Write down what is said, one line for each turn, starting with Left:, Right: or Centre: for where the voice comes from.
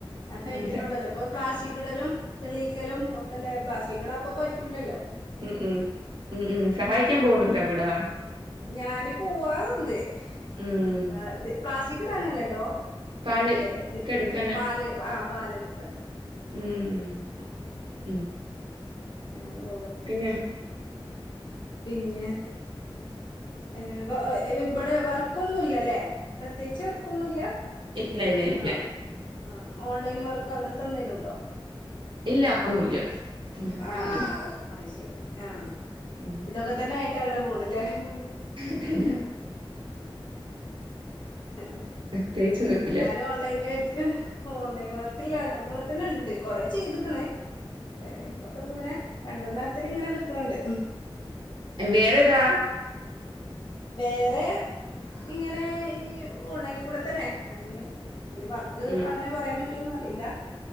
Left: അത് കഴിഞ്ഞിട്ടുള്ളതല്ലേ
Right: ഉം സ
Left: പ്പം പ്ലാസ്റ്റിക്കിടലും തെളിയിക്കലും ഒക്കെല്ലേ പ്ലാസ്റ്റിക് ഇടാൻ ഇപ്പ പറ്റുല്ലല്ലോ
Right: ഉം ഉം ഉം ഉം സഹായിക്കാൻ പോകുന്നുണ്ടോ കൂടാ
Left: ഞാന് പോവാറുണ്ട്
Right: ഉം.
Left: ഉംഎന്താ പ്ലാസ്റ്റിക് ഇടാനല്ലട്ടോ
Right: പാല്
Left: മറ്റേ ത്
Right: ഒക്കെ എടുക്കാന്.
Left: പാല് ആ പാൽ എടുക്കാൻ
Right: ഊം ഉം
Left: ഞാന് പോവാറുണ്ട്
Right: പിന്നെ
Left: പിന്നെ ഏ ഇവിടെ വർക്ക് ഒന്നൂല്ല ലേ പ്രത്യേകിച്ച് വർക്ക് ഒന്നുല്ല
Right: ഇല്ല ഇല്ല ഇല്ല.
Left: ആ ആ ഓൺലൈൻ വർക്ക് അങ്ങൻത്ത എന്തേലും ഉണ്ടോ
Right: ഇല്ല ഒന്നുല്ല ഇങ്ങനെ
Left: ആഹ്
Right: ഇട്ടിരിക്കുന്നു
Left: അഅ് ശരി ആഹ്
Right: ഉം
Left: ഇതൊക്കെ തന്നെ ട്ടങ്ങനെ പോണ്ല്ലേ ഉം
Right: അതല്ല
Left: ഉം
Right: പ്രത്യേകിച്ചൊന്നുമില്ല
Left: ഞാനും ഓൺലൈൻല് ഓൺലൈൻ വർക്ക് ലണ്ട്രണ്ണത്തിന് ഇണ്ട് കൊറെ ചെയ്ത്ക്ക്ണ്. വെറ്യേം എങ്ങനെ രണ്ടെണ്ണത്തില് ഇങ്ങനെ നിക്ക്ണ് ണ്ട്
Right: വേറേതാ
Left: വേറെ ഇങ്ങനെ ഈ ഓൺലൈന്ക്കൂടെ തന്നെ അയ്ന് ഇതിലെ വർക്ക്
Right: ഉം
Left: അങ്ങനെ പറയാൻ പ റ്റോഅറിയില്ല